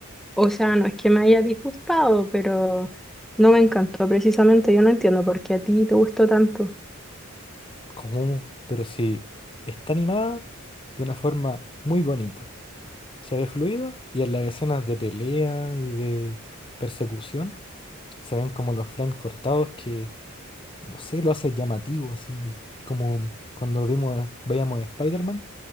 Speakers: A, in the centre; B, on the left.
A: O sea, no es que me haya disgustado, pero no me encantó precisamente. Yo no entiendo por qué a ti te gustó tanto.
B: ¿Cómo? Pero sí, está animada de una forma muy bonita. Se ve fluido y en las escenas de pelea y de persecución se ven como los frames cortados que, no sé, lo hace llamativo, así como cuando vimos, veíamos Spider-Man.